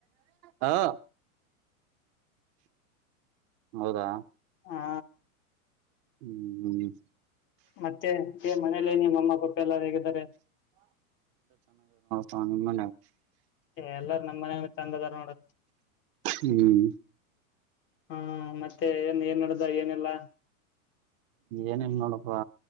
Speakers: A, on the right (about 35°); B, on the left (about 30°).
A: ಹಾ <unintelligible> ಹೌದಾ
B: ಹಾ
A: ಹ್ಮ್ ಹ್ಮ್
B: ಮತ್ತೆ ಮನೇಲಿನ ಅಮ್ಮ ಪಪ್ಪ ಎಲ್ಲಾರು ಹೇಗಿದ್ದಾರೆ
A: ತಮ್ಮ
B: ಎಲ್ಲ ನಮ್ಮ ಮನ ತಂದ ತಾರ ನೋಡ
A: ಹ್ಮ್
B: ಹಾ ಮ ಮತ್ತೆ ಏನ್ ಏನ್ ನಡ್ದ ಏನೆಲ್ಲಾ
A: ಏನನ್ ನೋಡಪ್ಪಾ